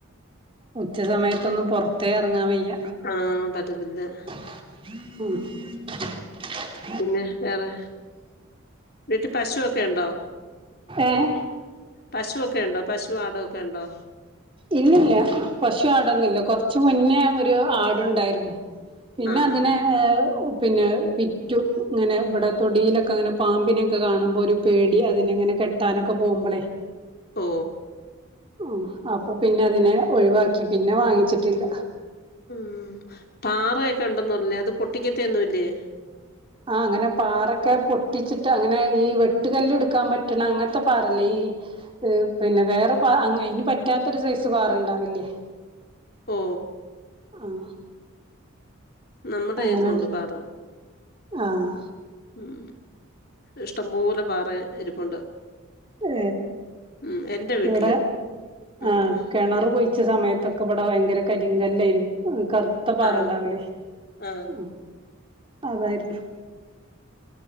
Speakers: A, on the right; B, on the left.
A: ഉച്ച സമയത്തൊന്നും പുറത്തേ ഇറങ്ങാൻ വയ്യ
B: ഉം പറ്റത്തില്ല
A: ഉം
B: പിന്നെ വേറെ വീട്ടി പശുവൊക്കെ ഉണ്ടോ
A: ഏഹ്
B: പശുവൊക്കെ ഉണ്ടോ പശു ആടൊക്കെ ഉണ്ടോ
A: ഇല്ലില്ല പശു ആടൊന്നുല്ല കൊറച്ച് മുന്നേ ഒരു ആടുണ്ടായിരുന്നു പിന്നെ
B: ആഹ്
A: അതിനെ
B: ഹാ
A: പിന്നെ വിറ്റു ങ്ങനെ ഇവിടെ തൊടിയിലൊക്കെ ങ്ങനെ പാമ്പിനൊക്കെ കാണുമ്പോ ഒരു പേടി. അതിനങ്ങനെ കെട്ടാനൊക്കെ പോകുമ്പളെ
B: ഓ
A: ഉം അപ്പൊ പിന്നെ അതിനെ ഒഴിവാക്കി പിന്നെ വാങ്ങിച്ചിട്ടില്ല
B: ഉം പാറയൊക്കെ ഉണ്ടന്ന് പർഞ്ഞില്ലേ അത് പൊട്ടിക്കത്തെഒന്നു ഇല്ലേ
A: ആ അങ്ങനെ പാറൊക്കെ പൊട്ടിച്ചിട്ട് അങ്ങനെ ഈ വെട്ടുകല്ല് ടുക്കാൻ പറ്റണ അങ്ങനത്തെ പാറല്ല ഈ പിന്നെ വേറെ പാ അയ്ന് പറ്റാത്തൊരു സൈസ് പാറ ഉണ്ടാവില്ല്യെ
B: ഓ
A: ആഹ്
B: നമ്മുടെ
A: അങ്ങനെയാണ്
B: യ്യത്തും ഉണ്ട് പാറ
A: ആഹ്
B: ഉം ഇഷ്ടംപോലെ പാറ ഇരിപ്പുണ്ട്.
A: ഏ
B: ഉം എന്റെ വീട്ടില്
A: ഇവിടെ
B: ഉം
A: ആ കിണർ കുഴി ച്ച സമയത്തൊക്കെ ഇവിടെ ഭയങ്കര കരിങ്കല്ല് എയ്നു കറു ത്ത പാറ
B: ആഹ്
A: ഉണ്ടാവൂലേ
B: ആഹ്
A: ഉം അതായിരുന്നു.